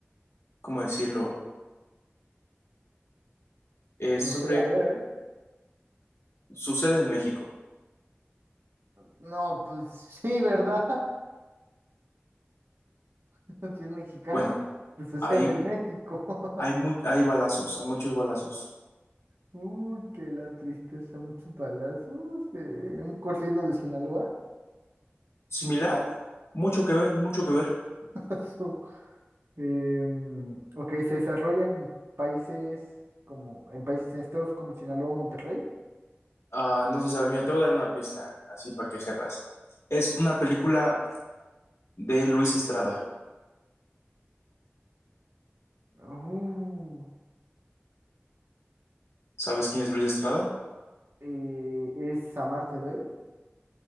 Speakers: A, on the left; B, on the right.
A: ¿cómo decirlo? Es sobre...
B: No sé, a ver, a ver.
A: Sucede en México.
B: No, pues sí, ¿verdad? <laughs> Si es mexicana,
A: Bueno,
B: pues sucede
A: hay,
B: en México. <laughs>
A: hay, mu- hay balazos, hay muchos balazos.
B: Uy, qué la tristeza, muchos balazos. eh, un corrido de Sinaloa.
A: Similar, mucho que ver, mucho que ver.
B: <laughs> Em, ok, se desarrolla en países como, en países, en estados como Sinaloa, Monterrey.
A: Ah, no se sabe. Mira, te voy a dar una pista, así para que sepas. Es una película de Luis Estrada.
B: Uh,
A: ¿Sabes quién es Luis Estrada?
B: eh, es Amar, ¿te duele?